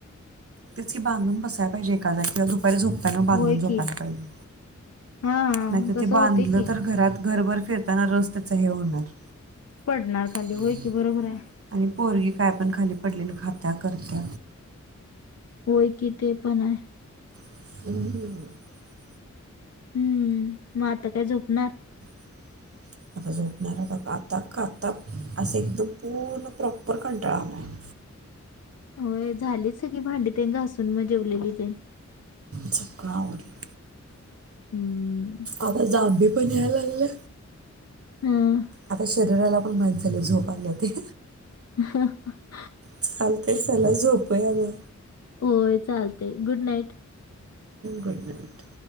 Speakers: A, on the right (about 50°); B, on the left (about 55°).
A: तेच की बांधून बसायला पाहिजे एखादा किंवा दुपारी झोपताना बांधून
B: होय
A: झोपायला
B: की
A: पाहिजे
B: हा
A: नाहीतर
B: तसं
A: ते बांधलं
B: होतय की
A: तर घरात घरभर फिरताना रस त्याच हे होणार
B: पडणार खाली
A: <inaudible>
B: होय की बरोबर आहे.
A: आणि पोरगी काय पण खाली पडले न खाता करत <inaudible>
B: होय कि ते पण आहे,
A: ह,
B: हम्म मग आता काय झोपणार
A: <inaudible> आता झोपणार आ खातक खात असं एकदम पूर्ण प्रॉपर कंटाळालाय <inaudible>
B: होय झाली सगी भांडी ते घासून मग जेवले के ते,
A: संगळ आवरल
B: हम्म
A: आता जाग बनलागलं,
B: हम्,
A: आता शरीराला पण माहीत झाले झोप आलं ते
B: ह,
A: चालत चला झोप आहे म
B: होय चालते गुड नाईट,
A: गुड नाईट,